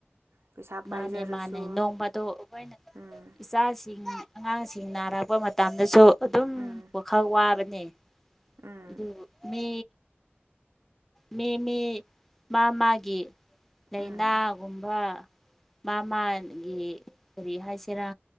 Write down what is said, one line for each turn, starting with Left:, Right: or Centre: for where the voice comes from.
Right: ꯄꯩꯁꯥ ꯄꯥꯏꯖꯔꯁꯨ
Centre: ꯃꯥꯅꯦ ꯃꯥꯅꯦ ꯅꯣꯡꯃꯗꯣ ꯑꯩꯈꯣꯏꯅ
Right: ꯎꯝ
Centre: ꯏꯆꯥꯁꯤꯡ ꯑꯉꯥꯡꯁꯤꯡ ꯅꯥꯔꯛꯄ ꯃꯇꯝꯗꯁꯨ ꯑꯗꯨꯝ
Right: ꯎꯝ
Centre: ꯋꯥꯈꯜ ꯋꯥꯕꯅꯤ
Right: ꯎꯝ
Centre: ꯑꯗꯨ ꯃ ꯃꯤ ꯃꯤ ꯃꯥ ꯃꯥꯒꯤ ꯂꯥꯏꯅꯥꯒꯨꯝꯕ
Right: ꯎꯝ
Centre: ꯃꯥ ꯃꯥꯒꯤ ꯀꯔꯤ ꯍꯥꯏꯁꯤꯦꯔꯥ